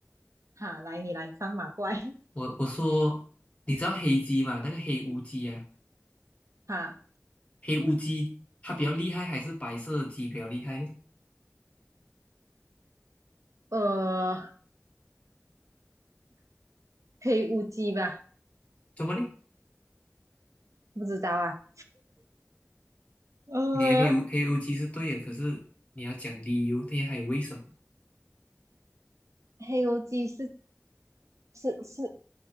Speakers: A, on the right; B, on the left.
A: 哈，来你来放马怪，
B: 我我说，你知道黑鸡吗？那个黑乌鸡啊，
A: <laughs> 哈，
B: 黑乌鸡它比较厉害，还是白色的鸡比较厉害呢？
A: 呃，黑乌鸡吧，
B: 怎么呢？
A: 不知道啊，呃，
B: 你的黑乌黑乌鸡是对的，可是你要讲理由，那还有为什么？
A: 黑乌鸡是是是，